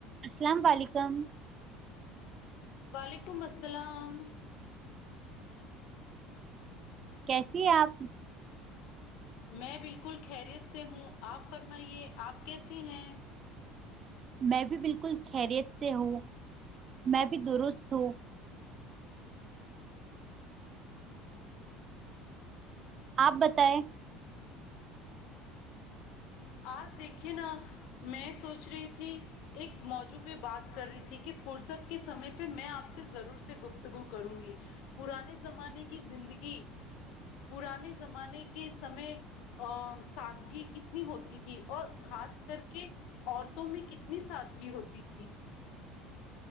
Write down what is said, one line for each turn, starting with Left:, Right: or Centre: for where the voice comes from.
Right: السلام و علیکم
Left: وعلیکم السلام
Right: کیسی ہے آپ
Left: میں بالکل خیریت سے ہوں آپ فرمائیے آپ کیسی ہیں
Right: میں بھی بالکل خیریت سے ہوں میں بھی درست ہوں آپ بتائیں
Left: ہ ہ آج دیکھیے نا میں سوچ رہی تھی ایک موضوع پہ بات کر رہی تھی کہ فرصت کے سمے پہ میں آپ سے ضرور سے گفتگو کروں گی پرانے زمانے کی زندگی پرانے زمانے کے سمے ا سادگی کی کتنی ہوتی تھی اور خاص کر کے عورتوں میں کتنی سادگی ہوتی تھی